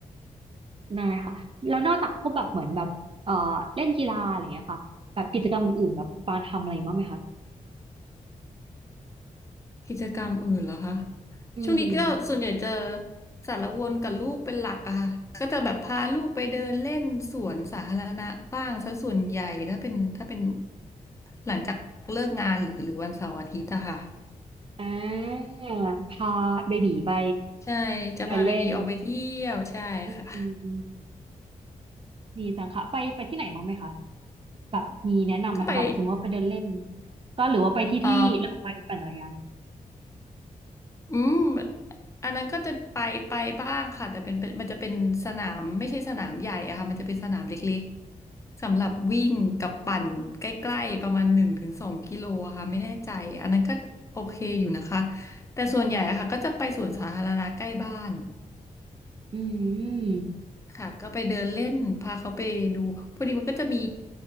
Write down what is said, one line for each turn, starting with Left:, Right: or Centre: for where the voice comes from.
Right: ได้ค่ะแล้วนอกจากพวกแบบเหมือนแบบเอ่อเล่นกีฬาอะไรอย่างเงี้ยค่ะแบบกิจกรรมอื่นๆแบบคุณปาทำอะไรบ้างไหมคะ
Left: กิจกรรมอื่นเหรอคะ
Right: อืม
Left: ช่วงนี้ก็ส่วนใหญ่จะสารวนกับลูกเป็นหลักอะค่ะ ก็จะแบบพาลูกไปเดินเล่นสวนสาธารณะบ้างซะส่วนใหญ่ถ้าเป็นถ้าเป็นหลังจากเลิกงานหรือหรือวันเสาร์อาทิตย์อะค่ะ
Right: อ่าพาเบบีไป
Left: ใช่จะพาเบบีออกไปเที่ยวใช่ค่ะ
Right: เดินเล่น อืมดีจังค่ะไปไปที่ไหนบ้างไหมคะแบบมีแนะนำไหมคะแบบสมมติว่าไปเดินเล่น
Left: ก็ไป
Right: ก็หรือว่าไปที่ที่เราไปปั่นจักรยาน
Left: อ๋อ อืม อันนั้นก็จะไปไปบ้างค่ะแต่เป็นเป็นมันจะเป็นสนามไม่ใช่สนามใหญ่อะค่ะมันจะเป็นสนามเล็กๆสำหรับวิ่งกับปั่นใกล้ๆประมาณหนึ่งถึงสองกิโลอะค่ะไม่แน่ใจอันนั้นก็โอเคอยู่นะคะแต่ส่วนใหญ่อะค่ะก็จะไปสวนสาธารณะใกล้บ้าน
Right: อืม
Left: ค่ะก็ไปเดินเล่นพาเขาไปดูพอดีมันก็จะมี